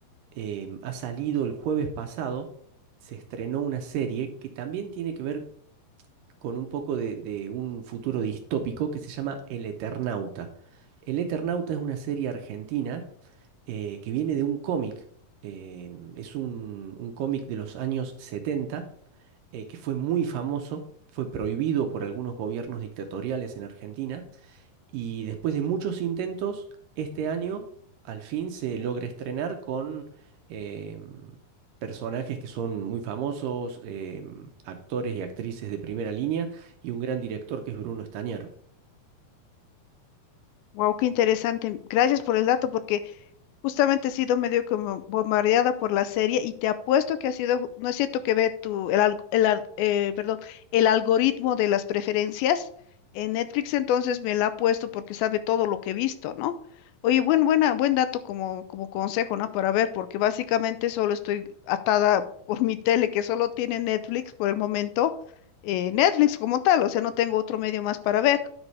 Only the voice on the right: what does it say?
em, ha salido el jueves pasado, se estrenó una serie que también tiene que ver con un poco de, de un futuro distópico que se llama El Eternauta. El Eternauta es una serie argentina eh, que viene de un cómic. eh, es un, un cómic de los años 70 eh, que fue muy famoso, fue prohibido por algunos gobiernos dictatoriales en Argentina y después de muchos intentos, este año al fin se logra estrenar con em, personajes que son muy famosos, em, actores y actrices de primera línea y un gran director que es Bruno Estañaro.